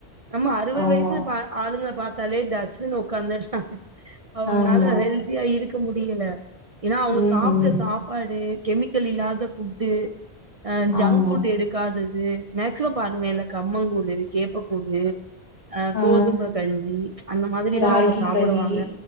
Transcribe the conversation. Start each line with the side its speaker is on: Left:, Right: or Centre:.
Right: நம்ம அறுவது
Left: ஆமா
Right: வய்சு பாட் ஆளுங்க பாத்தாலே டஸ்ஸுனு உக்காந்துட்றாங்க அவுங்கனால
Left: ஆமா
Right: ஹெல்த் தியா இருக்க முடியல ஏனா அவுங்க
Left: ம்
Right: சாப்ட்ட
Left: ம்
Right: சாப் பாடு கெமிக்கல் இல்லாத ஃபுட்டு ஆ ஜங்க்
Left: ஆமா
Right: ஃபுட் எடுக் காதது மேக்சிமம் பாருவேல கம்மங் கூழு கேப்ப கூழு அ
Left: ஆ
Right: கோதும கஞ்சி அந்த மாதிரிதா
Left: ராகி
Right: அவுங்க சாப்புடுவாங்க
Left: களி